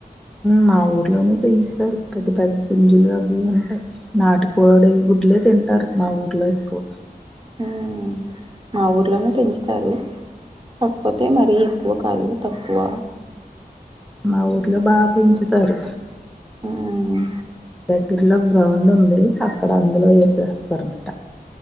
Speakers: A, in the centre; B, on the right (about 35°).
A: మా ఊర్లోను పెంచుతాడు పెద్ద పెద్ద పుంజులు అవి ఉంటాయి నాటుకోడి గుడ్లే తిన్ అంటారు మా ఊర్లో ఎక్కువ
B: ఆ మా ఊర్లోను పెంచుతారు కాకపోతే మరీ ఎక్కువ కాదు తక్కువ.
A: మా ఊర్లో బా పెంచ తరు
B: హ్మ్
A: గిర్లా గ్రౌండ్ ఉంది అక్కడ అందులో చేసేస్తరు అనమాట